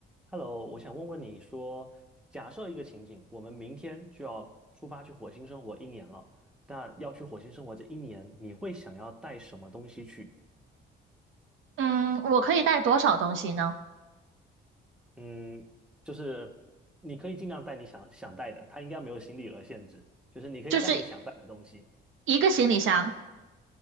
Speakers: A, in the centre; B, on the right.
A: Hello，我想问问你说，假设一个情景，我们明天就要出发去火星生活一年了，那要去火星生活这一年，你会想要带什么东西去？
B: 嗯，我可以带多少东西呢？
A: 嗯，就是你可以尽量带你想想带的，它应该没有行李额限制，就是你可以带你想带的东西。
B: 就是一个行李箱。